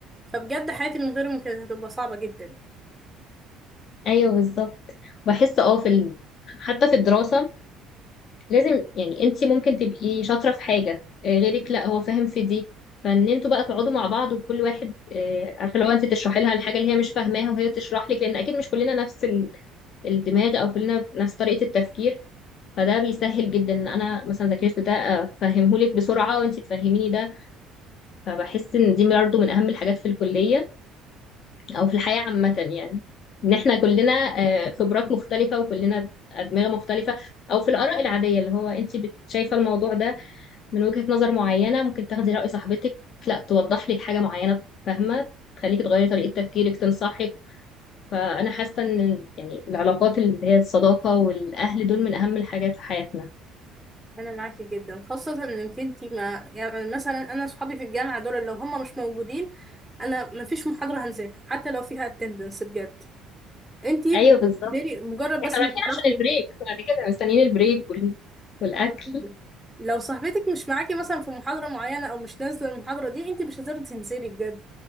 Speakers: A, in the centre; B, on the left.
A: فبجد حياتي من غيرهم كانت هتبقى صعبة جدا يعني
B: ايوه بالظبط بحس اه في ال... حتى في الدراسه لازم يعني انت ممكن تبقي شاطرة في حاجة آه، غيرك لا هو فاهم في دي فان انتوا بقى تقعدوا مع بعض وكل واحد آه، عارفة لو انت تشرحي لها الحاجة اللي هي مش فاهماها وهي تشرح لك لان اكيد مش كلنا نفس ال- الدماغ او كلنا نفس طريقة التفكير فده بيسهل جدا ان انا مثلا ذاكرت ده افهمه لك بسرعة وانت تفهميني ده فبحس ان دي برضه من اهم الحاجات في الكلية او في الحياة عامة يعني ان احنا كلنا آه، خبرات مختلفة وكلنا ادمغة مختلفة او في الاراء العادية اللي هو انت شايفة الموضوع ده من وجهة نظر معينة ممكن تاخدي رأي صاحبتك لا توضح لك حاجة معينة فاهمة تخليكي تغيري طريقة تفكيرك تنصحك فأنا حاسة إن يعني العلاقات اللي هي الصداقة والأهل دول من أهم الحاجات في حياتنا
A: أنا معاكي جدا خاصة إنك انتي ما يعني مثلا أنا صحابي في الجامعة دول لو هم مش موجودين أنا مفيش محاضرة هنزلها حتى لو فيها اتندنس بجد انتي
B: أيوه بالظبط
A: بتبتدي مجرد بس
B: احنا رايحين
A: ما تعرفي
B: عشان البريك بعد كده مستنيين البريك وال... والأكل
A: جدا لو صاحبتك مش معاكي مثلا في محاضرة معينة أو مش نازلة المحاضرة دي انتي مش هتقدري تنزلي بجد